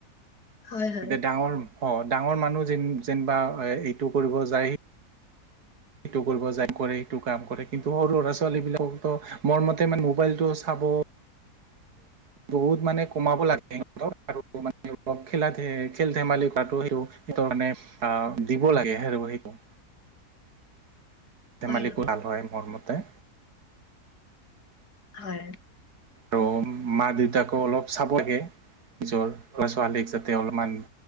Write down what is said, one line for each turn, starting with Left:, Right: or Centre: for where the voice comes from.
Left: হয় হয়
Right: এতিয়া ডাঙৰ অ ডাঙৰ মানুহ যে যেনবা এইটো কৰিব যায়। সেটো কৰিব যায় কৰে সেটো কাম কৰে, কিন্তু সৰু সৰা ছোৱালী বিলাককতো মোৰ মতে মানে মোবাইলটো চাব বহুত মানে কমাব লাগে সিহঁতৰ আৰু মানে অ খেলাতে খেল ধেমালি পাতো সেটো সেইটোৰ মানে অ দিব লাগে সেই সেইটো। খেল ধেমালিটো
Left: হয় হয়
Right: ভাল হয় মোৰ মতে।
Left: হয়
Right: আৰু মা দেউতাকো অলপ চাব লাগে নিজৰ ল'ৰা ছোৱালীক যাতে অলপমান